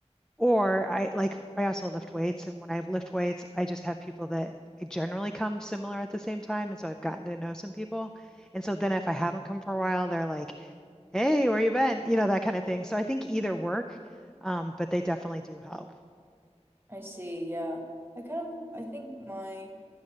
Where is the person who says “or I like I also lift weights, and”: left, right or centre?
Centre